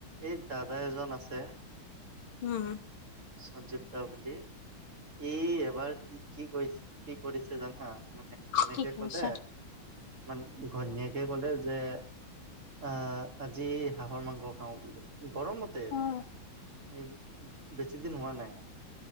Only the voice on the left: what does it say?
উম।
কি কৰিছা
অ